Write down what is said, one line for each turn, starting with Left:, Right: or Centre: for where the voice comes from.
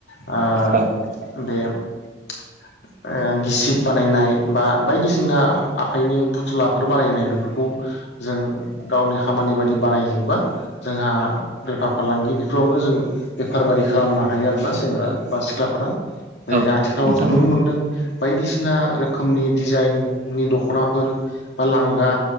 Left: आ
Right: औ औ
Left: बे ओ गिसिब बानायनाय बा बायदिसिना आखाइनि फुथुलाफोर बानायनाय बेफोरखौ जों गावनि खामानि बादि बानायहैबा जोंहा
Right: औ
Left: बेफार फालांगि बेफोरावनो जों बेफारबादि खालामनो हायो आरोना सेंग्रा बा सिख्लाफ्रा
Right: औ
Left: ऐ आथिखालावथ'
Right: औ
Left: नुनो
Right: नंगौ
Left: मोनदों बायदिसिना रोखोमनि डिजाइननि दख'नाफोर बा लांगा